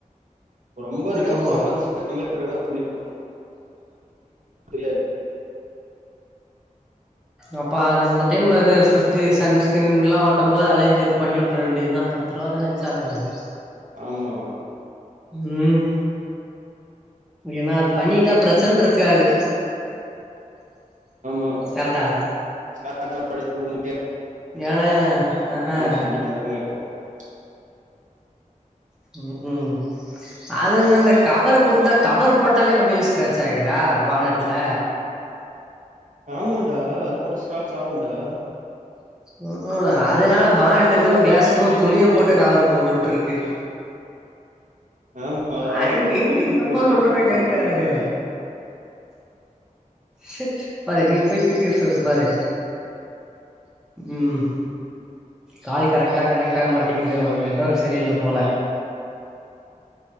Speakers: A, on the right; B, in the centre.
A: ரொம்ப இருக்க ஒரு
B: ஓ
A: அம்பது பர்சண்ட் <inaudible> <inaudible>
B: அப்ப அது இந்த டைம் இது ஃபிஃப்டி சன்ஸ்கிரீன்லா ஒட்டம் போது அதயும் சேத்து பண்ணி விட்டுற வேண்டியதுதா பத்து ரூபா தான எக்ஸ்ட்ரா ஆகுது
A: ஆமா
B: ம் ஏன்னா பண்ணிட்டா பிரச்சன் இருக்காது
A: <inaudible>
B: கரெக்டா
A: <inaudible>
B: ஏன்னா அ ஆ
A: வண்டி கண்டமாயிறு <unintelligible>
B: ம் ம் அது அந்த கவர் குடுத்தா கவர் போட்டாலே வண்டியில ஸ்க்ராட்ச் ஆயிதுரா பானட்ல
A: ஆமாடா அது போட்டா ஸ்க்ராட்ச் ஆவுடா
B: ஓ ஓ அதனால பானட்டுக்கு
A: தான்டா
B: கிளாஸுக்கு
A: பிபி போட்டு
B: துணிய
A: பிபி
B: போட்டு கவர போட்டு உட்டுருக்கு
A: ஆமா
B: நா
A: அது அதனாலதான்
B: எங்க எங்க
A: பிபி
B: எங்க அப்பா
A: போட்டு
B: சொல்றத
A: பிபி
B: கேக்குறாரு
A: போட்டுன்னு சொல்லிட்டு அடிக்கும்
B: செட் பாரு இன்னைக்கு போய் பி பி எடுத்திட்டு வரே பாரு ம் கால் கரெக்ட்டா கனெக்ட்டாவ மாட்டீங்குதே உனக்கு நெட்வொர்க் சரியில்ல போல